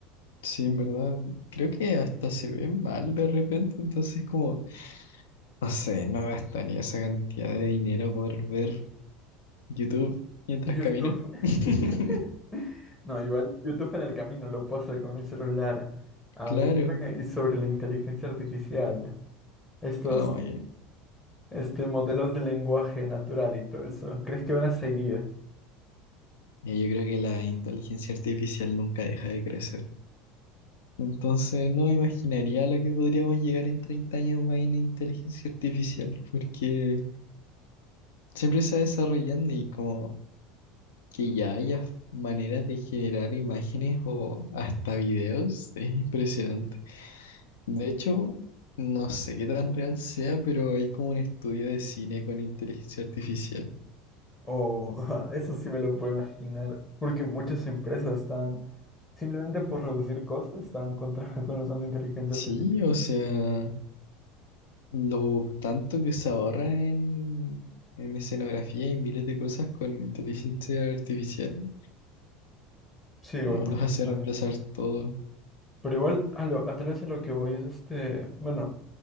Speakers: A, on the left; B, on the left.
A: Sí, en verdad, creo que hasta se ve mal de repente, entonces como, no sé, no gastaría esa cantidad de dinero por ver YouTube mientras
B: YouTube.
A: camino.
B: <laughs>
A: <laughs>
B: No, igual YouTube en el camino lo puedo hacer con mi celular. A
A: Claro,
B: ver, oye, y sobre la inteligencia artificial, estos,
A: no, yo,
B: este, modelos de lenguaje natural y todo eso, ¿crees que van a seguir?
A: yo creo que la inteligencia artificial nunca deja de crecer. Entonces no me imaginaría lo que podríamos llegar en 30 años más en inteligencia artificial, porque siempre se va desarrollando y como que ya haya maneras de generar imágenes o hasta videos es impresionante. De hecho, no sé qué tan real sea, pero hay como un estudio de cine con inteligencia artificial.
B: O <laughs> eso sí me lo puedo imaginar, porque muchas empresas están, simplemente por reducir costes, están contratando <laughs> usando inteligencia
A: Sí,
B: artificial.
A: o sea, lo tanto que se ahorran en, en escenografía y miles de cosas con inteligencia artificial.
B: Sí, igual
A: No,
B: muchas
A: los hace reemplazar
B: áreas.
A: todo,
B: Pero igual, a lo, a tal vez a lo que voy es este, bueno,